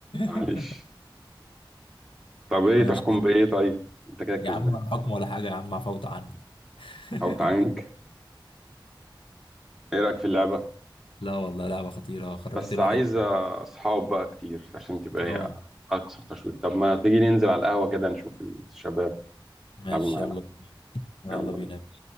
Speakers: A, in the centre; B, on the left.
A: معلش
B: <laughs>
A: طب ايه
B: ماشي
A: تحكم بايه طيب انت كده كسبان
B: يا عم الحكم ولا حاجة يا عم عفوت عنك <laughs>
A: او تعانج ايه رايك في اللعبه
B: لا والله لعبة خطيرة خرجت
A: بس
B: الواحد
A: عايزه اصحاب بقى كتير عشان تبقى ايه
B: اه
A: اكثر تشويق طب ما تيجي ننزل على القهوه كده نشوف الشباب
B: ماشي
A: يلعبوا معانا
B: يلا يلا
A: يلا
B: بينا
A: بينا